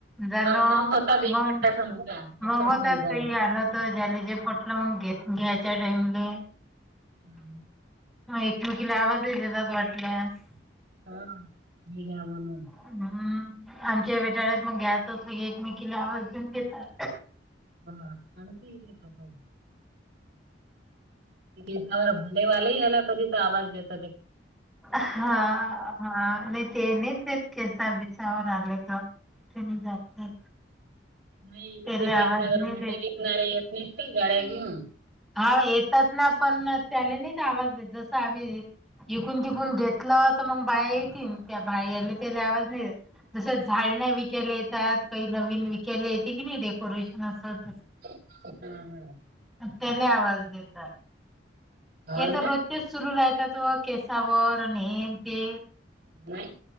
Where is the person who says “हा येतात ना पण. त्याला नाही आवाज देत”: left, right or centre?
Centre